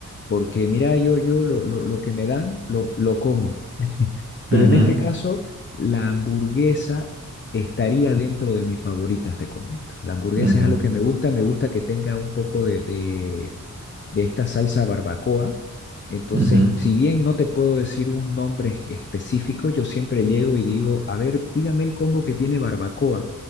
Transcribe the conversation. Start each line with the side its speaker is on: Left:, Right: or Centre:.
Left: porque mira, yo, yo lo, lo, lo que me dan, lo, lo como. <laughs> Pero
Right: Ujú,
Left: en este caso, la hamburguesa estaría dentro de mis favoritas, te comento. La hamburguesa
Right: ujú,
Left: es algo que me gusta, me gusta que tenga un poco de, de de esta salsa barbacoa. Entonces,
Right: ujú.
Left: si bien no te puedo decir un nombre es- específico, yo siempre llego y digo, a ver, dígame el combo que tiene barbacoa.